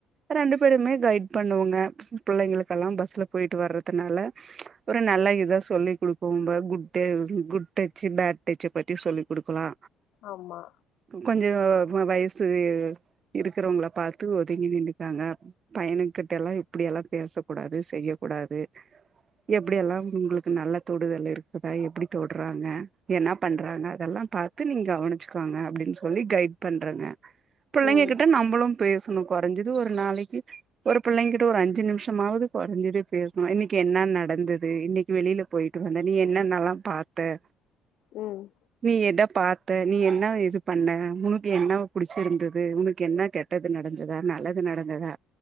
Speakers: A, on the right; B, on the left.
A: ரெண்டு பேருமே கைட் பண்ணுவோங்க பிள்ளைகளுக்கெல்லா பஸ்ல போயிட்டு வர்றதுனால ஒரு நல்லா இதா சொல்லி குடுக் ரொம்ப <unintelligible> குட்டச்சு பேட் டச்சு பத்தி சொல்லி குடுக்கலா
B: ஆமா
A: கொஞ்சோ வயசு இருக்கிறவங்கள பாத்து ஒதுங்கி நின்னுக்கங்க பயனுக்கிட்டல்லா இப்டியெல்லா பேசக் கூடாது செய்யக் கூடாது எப்டியெல்லா உங்களுக்கு நல்ல தொடுதல் இருக்குதா எப்டி தொடுறாங்க என்ன பண்றாங்க அதெல்லா பாத் த்து நீங்க கவனிச்சுக்கோங்க அப்டின்னு சொல்லி கைட் பண்றங்க புள்ளைங்க
B: ம்
A: கிட்ட நம்மளு பே சுணு கொறஞ்சது ஒரு நாளைக்கி ஒரு பிள்ளைங்க கிட்ட ஒரு அஞ்சு நிம்ஷமாவது குறஞ்சது பேசணு இன்னைக்கி என்ன நடந்தது இன்னைக்கி வெளியில போயிட்டு வந்த நீ என்னன்னல்லா பாத்த
B: ம்
A: நீ எத பாத்த நீ என்ன இதுப் பண்ண உனக்கு என்ன புடிச்சிருந்தது உனக்கு என்ன கெட்டது நடந்ததா நல்லது நடந்ததா